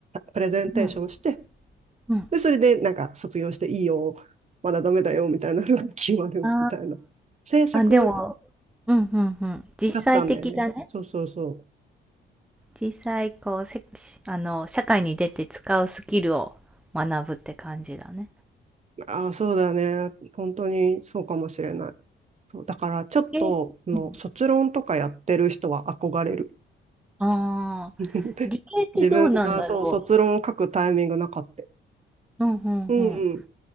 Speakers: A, on the right; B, in the centre.
A: プレゼンテーションして、
B: うん。うん。
A: で、それでなんか卒業していいよ、まだダメだよみたいなのが決まるみたいな。
B: あ
A: 制作
B: あ。あ、でもうん、うんうん。実際的だね。
A: だったんだよね。そうそうそ
B: 実際こうせあの社会に出て使うスキルを学ぶって感じだね。
A: う。ああ、そうだね。本当にそうかもしれない。そうだからちょっとの卒論とかやってる人は憧れる。
B: え、うんああ、
A: <laughs>
B: 理系ってどうなんだろ
A: 自分がそう卒論を書くタイミングなかった。
B: う。うんうんうん。
A: うんうん。